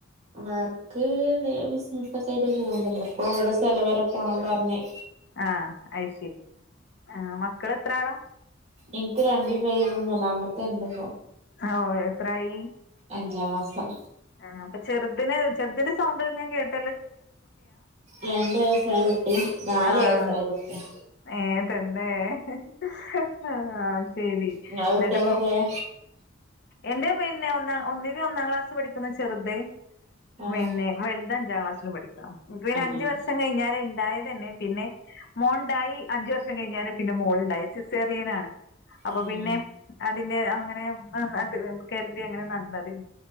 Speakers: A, on the right; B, on the left.
A: വർക്ക് ബിസിനസ്സൊക്കായിട്ട് പോണ്ട് ഇപ്പൊ ഇവിടെ സ്ഥലം വരെ പോണം പറഞ്ഞേ
B: ആഹ, ഐശെരി ആ മക്കളെത്രാളാ
A: എനിക്ക് രണ്ട്പേര് ഇപ്പ മൂന്നാമത്തെണ്ട്പ്പോ
B: അ ഓ എത്രായി
A: അഞ്ചാം മാസം
B: ആ അപ്പചെറ്ത് ദിന് ചെർദിന്റെ സൗണ്ട് ഞാൻ കേട്ട്
A: രണ്ട് വയസാണു ട്ടിം ന്നാല്
B: ആഹ്
A: വയസായ കുട്ടിം
B: ഏ, തന്നെ ഹ്ആശെരി
A: നിങ്ങളെ കുട്ടികൾക്കൊക്കെ
B: ന്നട്ട്പോ എന്റെ പിന്നെ ഒന്നാം ഒന്നില് ഒന്നാം ക്ലാസ്സി പഠിക്കുന്നു ചെറുത്.
A: ആഹ്
B: വിനെ വല്ത് അഞ്ചാം ക്ലാസ് ലു പഠിക്കണം എൻക്ക് പിനെ
A: അങ്ങനെ
B: അഞ്ച് വർഷം കയ്ഞ്ഞാലിണ്ടായതനെ പിന്നെ മോണ്ടായി അഞ്ച് വർഷം കഴിഞ്ഞാണ് പിന്നെ മോള്ണ്ടായത് സിസേറിയനാണ്. അപ്പ
A: ഉം
B: പിന്നെ പിന്നെ അങ്ങന <unintelligible> ന്നമ്ക്ക് കെട് തെ എങ്ങനെ ന്നട്ന്നത്. ഇ